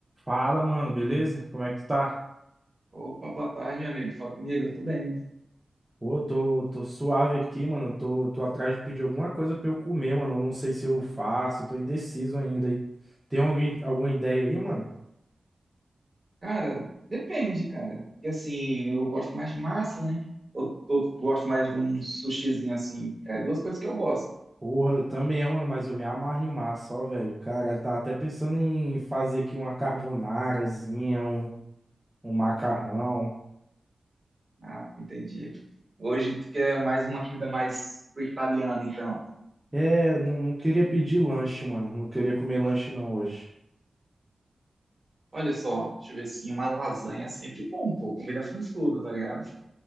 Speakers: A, in the centre; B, on the right (about 30°).
A: Fala, mano, beleza? Como é que tu tá?
B: Opa, boa tarde, meu amigo. Fala comigo, eu tô bem.
A: Pô, tô, tô suave aqui, mano. Tô, tô atrás de pedir alguma coisa pra eu comer, mano. Eu Não sei se eu faço, tô indeciso ainda. E tem alguém, alguma ideia aí, mano?
B: Cara, depende, cara. Porque assim, eu gosto mais de massa, né? Eu, eu gosto mais de um sushizinho assim. É duas coisas que eu gosto.
A: Porra, eu também, mano, mas eu me amarro em massa, ó, velho. Cara, eu tava até pensando em fazer aqui uma carbonarazinha, um, um macarrão.
B: Ah, entendi. Hoje tu quer mais uma comida mais pro italiano, então.
A: É, não, não queria pedir lanche, mano. Não queria comer lanche não hoje.
B: Olha só, deixa eu ver assim, uma lasanha é sempre bom, pô. Combina com tudo, tá ligado?